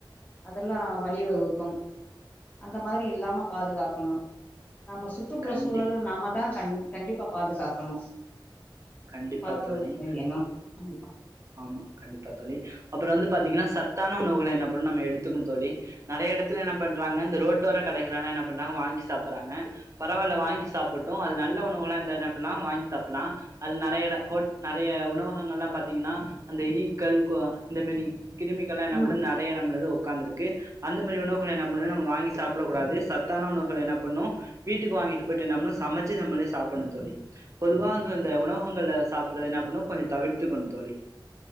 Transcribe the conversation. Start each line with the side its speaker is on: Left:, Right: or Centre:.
Left: அதுல்லா வழிவகுக்கும் அந்த மாரி இல்லாம பாதுகாக்கணு நம்ம சுற்றுப்புற
Right: கண்டிப்
Left: சூழல நாம்மதா கண் கண்டிப் பா பாதுகாக்கணு
Right: கண்டிப்பா
Left: காக்வோம்
Right: தோழி
Left: <unintelligible> கண்டிப்பா
Right: ஆமா கண்டிப்பா தோழி அப்பறோ வந்து பார்த்தீங்கன்னா சத்தான உணவுகள என்ன பண்ணும் எடுத்துக்கண் தோழி நெறைய எடத்துல என்ன பண்றாங்க இந்த ரோட்டோர கடைகளெல்லா என்ன பண்றாங்க வாங்கி சாப்புறாங்க பரவால்ல வாங்கி சாப்புட்டு அது நல்ல உணவுகளா இருந்தா அப்டினா வாங்கி சாப்புலா அது நெறையட ஹோட் நெறைய உணவகங்கள்லாம் பாத் தீங்கன்னா அந்த ஈக்கள் கொ இந்த மாரி கிருமிகள்லா என்னா
Left: ம்
Right: பண்து நெறைய நம்மள உக்காந்து இருக்கு அந்த மாரி உணவுகள்ல என்ன பண்ணும் நம்ம வாங்கி சாப்புடக் கூடாது சத்தான உணவுகள் என்ன பண்ணு வீட்டுக்கு வாங்கிட்டு போயிட்டு நம்ம சமைச்சு நம்மளே சாப்டணு தோழி பொதுவா வந்து இந்த உணவகங்கள் சாப்புடுறது என்னா பண்ணு கொஞ்சொ தவிர்த்துக்கணு தோழி